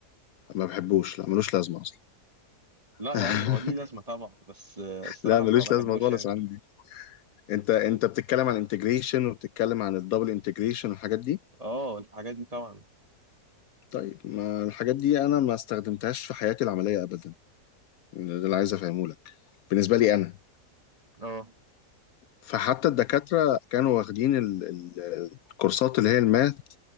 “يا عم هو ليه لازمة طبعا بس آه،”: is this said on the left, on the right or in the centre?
Right